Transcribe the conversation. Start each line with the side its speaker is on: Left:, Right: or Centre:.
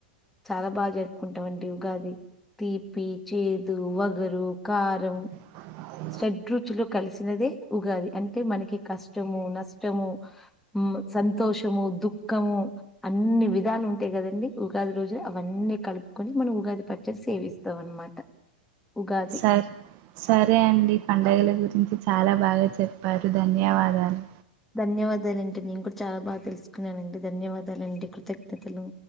Centre: చాలా బాగా జరుపుకుంటాం అండి ఉగాది తీపి చేదు వగరు కారం
Right: ఇన్ఆడియోబుల్
Centre: షెడ్ రుచులు కలిసినదే ఉగాది అంటే మనకి కష్టము నష్టము ఉమ్ సంతోషము దుఃఖము అన్ని విధాలు ఉంటాయి కదండి ఉగాది రోజు అవన్నీ కలుపుకొని మనం ఉగాది పచ్చడి సేవిస్తాం అన్నమాట ఉగాది
Right: సర్ సరే అండి పండుగల గురించి చాలా బాగా చెప్పారు ధన్యవాదాలు
Centre: ధన్యవాదాలు అండి మేం కూడ చాలా బాగ తెలుసుకున్నామండి ధన్యవాదాలండి కృతజ్ఞతలు